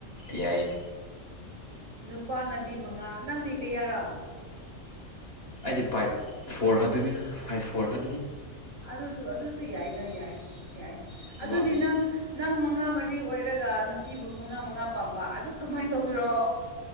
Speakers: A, on the left; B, on the right.
A: ꯌꯥꯏ
B: ꯅꯨꯄꯥꯅꯗꯤ ꯃꯉꯥ ꯅꯪꯗꯤ ꯀꯌꯥꯔꯥ
A: ꯑꯩꯗꯤ ꯐꯥꯏꯚ ꯐꯣꯔ ꯈꯔꯗꯨꯅꯤꯗ ꯐꯥꯏꯚ ꯐꯣꯔ ꯈꯔꯗꯨꯅꯤ
B: ꯑꯗꯨꯁꯨ ꯑꯗꯨꯁꯨ ꯌꯥꯏꯗ ꯌꯥꯏ ꯌꯥꯏ ꯑꯗꯨꯗꯤ
A: ꯋꯥꯡꯗꯦ
B: ꯅꯪ ꯅꯪ ꯃꯉꯥ ꯃꯔꯤ ꯐ꯭ꯔꯤ ꯑꯣꯏꯔꯒ ꯅꯨꯄꯤꯕꯨ ꯃꯉꯥ ꯃꯉꯥ ꯄꯥꯝꯕ ꯑꯗꯨ ꯀꯃꯥꯏꯅ ꯇꯧꯕꯒꯔꯣ